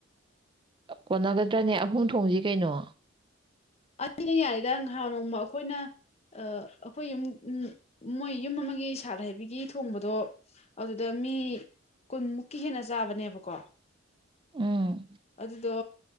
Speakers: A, on the right; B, on the left.
A: ꯀꯣꯟꯅꯒꯗ꯭ꯔꯅꯦ ꯑꯍꯨꯝ ꯊꯣꯡꯁꯤ ꯀꯩꯅꯣ
B: ꯑꯩꯅ ꯌꯥꯏꯗ ꯉꯍꯥꯟ ꯅꯣꯡꯃ ꯑꯩꯈꯣꯏꯅ ꯑꯩꯈꯣꯏ ꯌꯨꯝ ꯃꯣꯏ ꯌꯨꯝ ꯑꯃꯒꯤ ꯁꯥꯠ ꯍꯩꯕꯤꯒꯤ ꯊꯣꯡꯕꯗꯣ ꯑꯗꯨꯗ ꯃꯤ ꯀꯨꯟꯃꯨꯛꯀꯤ ꯍꯦꯟꯅ ꯆꯥꯕꯅꯦꯕꯀꯣ
A: ꯎꯝ
B: ꯑꯗꯨꯗꯣ